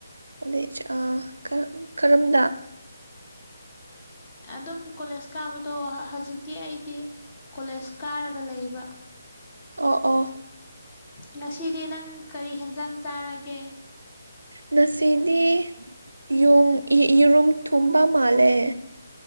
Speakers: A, on the right; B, on the left.
A: ꯀꯣꯂꯦꯖ ꯑꯥ ꯀꯔꯝꯗ꯫
B: ꯑꯗꯨꯝ ꯀꯣꯂꯦꯖ ꯀꯥꯕꯗꯣ ꯍꯧꯖꯤꯛꯇꯤ ꯑꯩꯗꯤ ꯀꯣꯂꯦꯖ ꯀꯥꯔꯒ ꯂꯩꯕ꯫
A: ꯑꯣ ꯑꯣ
B: ꯉꯁꯤꯗꯤ ꯅꯪ ꯀꯔꯤ ꯍꯦꯟꯖꯥꯡ ꯆꯥꯔꯒꯦ꯫
A: ꯉꯁꯤꯗꯤ꯫ ꯌꯨꯝ ꯌꯦꯔꯨꯝ ꯊꯣꯡꯕ ꯃꯥꯜꯂꯦ꯫